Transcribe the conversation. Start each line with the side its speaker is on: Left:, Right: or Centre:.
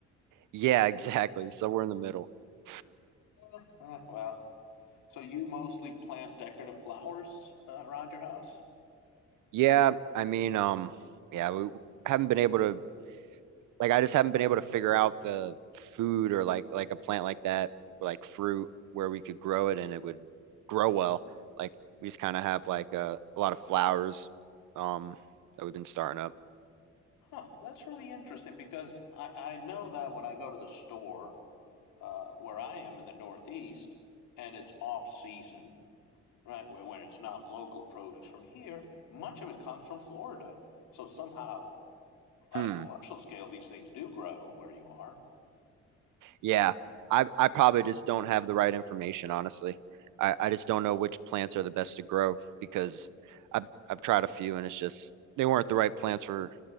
Right: Yeah. Exactly. So we're in the middle. <laughs>
Left: Eh, well, so you mostly plant decorative flowers uh, around your house?
Right: Yeah. I mean, um, yeah. We haven't been able to like I just haven't been able to figure out the food or like like a plant like that, like fruit where we could grow it and it would grow well. Like we just kind of have like a, a lot of flowers um that we've been starting up.
Left: Huh, that's really interesting because I, I know that when I go to the store, uh, where I am in the Northeast, and it's off season, right? Where when it's not local produce from here, much of it comes from Florida. So somehow, on
Right: Hmm.
Left: a commercial scale, these things do grow where you are.
Right: Yeah. I I probably just don't have the right information, honestly. I I just don't know which plants are the best to grow because I've I've tried a few and it's just they weren't the right plants for